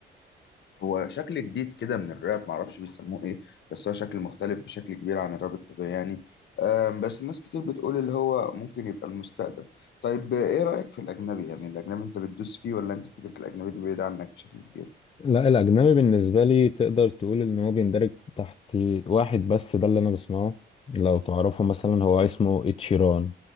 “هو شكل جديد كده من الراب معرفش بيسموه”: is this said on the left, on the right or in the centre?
Left